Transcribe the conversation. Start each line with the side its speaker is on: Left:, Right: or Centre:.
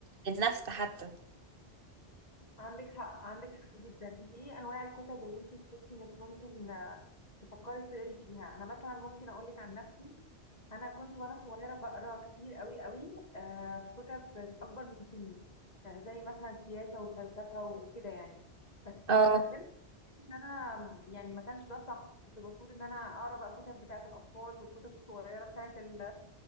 Right: للنفس حتى
Left: عندك حق عندك حق جدا دي ايه انواع الكتب اللي انت تحسي انك ممكن آه، تفكري تقري فيها انا مثلا ممكن اقول لك عن نفسي انا كنت وانا صغيره بقرا كتير قوي قوي آه، في كتب اكبر من سني آه، زي مثلا سياسه وفلسفه وكده يعني بس
Right: اه
Left: لما كبرت ان انا يعني ما كانش ده صح كنت المفروض ان انا اقرا بقى الكتب بتاعه الاطفال والكتب الصغيره بتاعه ال-